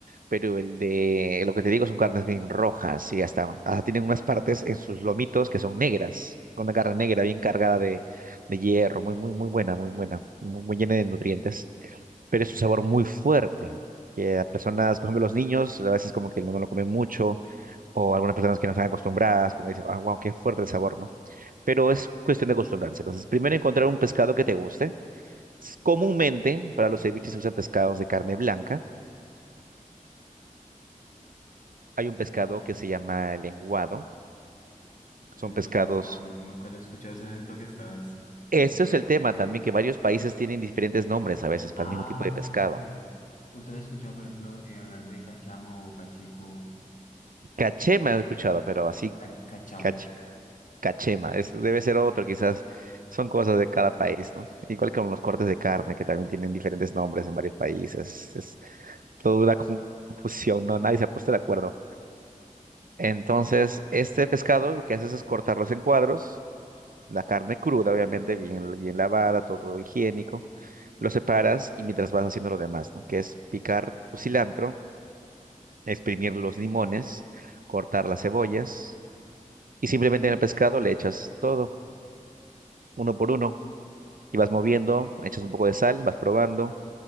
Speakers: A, on the right; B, on the left.
A: pero el de, lo que te digo son carnes bien rojas y hasta, hasta tienen unas partes en sus lomitos que son negras, con una carne negra bien cargada de, de hierro, muy, muy, muy buena, muy buena, muy, muy llena de nutrientes, pero es un sabor muy fuerte. que a personas, por ejemplo, los niños, a veces como que no, no lo comen mucho, o algunas personas que no están acostumbradas, como dicen, ah, wow, qué fuerte el sabor, ¿no? Pero es cuestión de acostumbrarse. Entonces, primero encontrar un pescado que te guste. S- Comúnmente, para los ceviches se usan pescados de carne blanca. Hay un pescado que se llama el lenguado,
B: Eh,
A: son pescados.
B: guau, nunca lo he escuchado, o sea, siento que estás, que
A: Ese
B: no-
A: es el tema
B: que no.
A: también, que varios países tienen diferentes nombres a veces para
B: Ah,
A: el mismo tipo de pescado.
B: sí. ¿Usted ha escuchado, por ejemplo, eh, hablar de cachamo o cachico?
A: Cachema he escuchado, pero así
B: Ca- Cachamo.
A: cach- cachema. Es, debe ser otro, quizás son cosas de cada país, ¿no? Igual que con los cortes de carne, que también tienen diferentes nombres en varios países. Es toda una confusión, ¿no? Nadie se ha puesto de acuerdo. Entonces, este pescado lo que haces es cortarlos en cuadros, la carne cruda, obviamente, bien, bien lavada, todo higiénico Lo separas y mientras vas haciendo lo demás, ¿no? Que es picar tu cilantro, exprimir los limones, cortar las cebollas y simplemente en el pescado le echas todo, uno por uno, y vas moviendo, echas un poco de sal, vas probando.